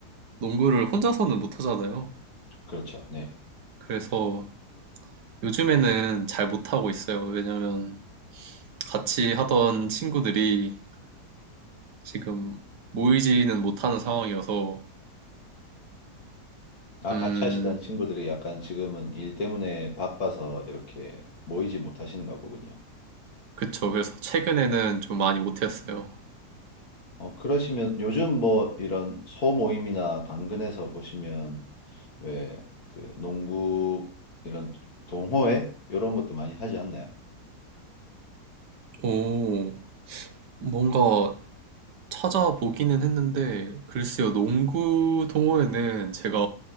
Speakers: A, on the right; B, on the left.
A: 농구를 혼자서는 못 하잖아요.
B: 그렇죠. 네.
A: 그래서 요즘에는 잘 못하고 있어요. 왜냐면 같이 하던 친구들이 지금 모이지는 못하는 상황이어서,
B: 아,
A: 음,
B: 같이 하시던 친구들이 약간 지금은 일 때문에 바빠서 이렇게 모이지 못하시는가 보군요.
A: 그쵸. 그래서 최근에는 좀 많이 못했어요.
B: 어, 그러시면 요즘 뭐 이런 소모임이나 당근에서 보시면 왜 그 농구 이런 동호회 이런 것도 많이 하지 않나요?
A: 오, 뭔가 찾아보기는 했는데, 글쎄요, 농구 동호회는 제가